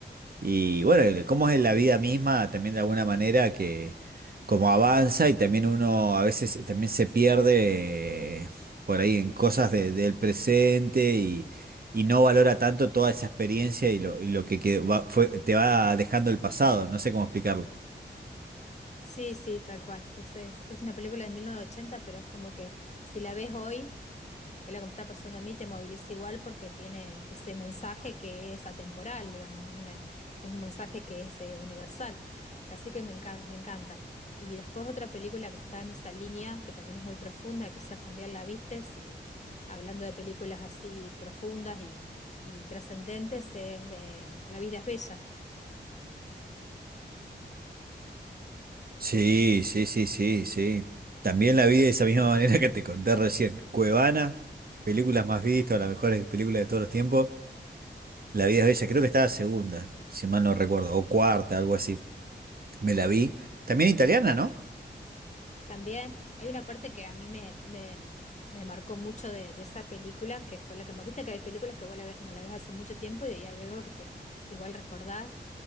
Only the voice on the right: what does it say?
y bueno, cómo es la vida misma también de alguna manera que como avanza y también uno a veces también se pierde eh, por ahí en cosas de- del presente y, y no valora tanto toda esa experiencia y lo, y lo que quedó- va- fue- te va dejando el pasado, no sé cómo explicarlo.
Sí, sí, sí, sí, sí. También la vi de esa misma <laughs> manera que te conté recién. Cuevana, películas más vistas, las mejores películas de todos los tiempos. La vida es bella, creo que estaba segunda, si mal no recuerdo, o cuarta, algo así. Me la vi. También italiana, ¿no?